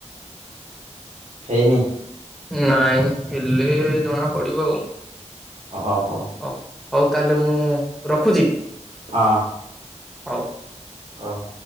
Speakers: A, on the right; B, in the centre.
A: ହେଇନି।
B: ନାଇଁ ହେଲେ ଜଣା ପଡିବ ଆଉ।
A: ଓ ହଉ।
B: ଓ, ହଉ ତାହେଲେ ମୁଁ ରଖୁଛି?
A: ହଁ।
B: ହଉ।
A: ଓ ହୋ।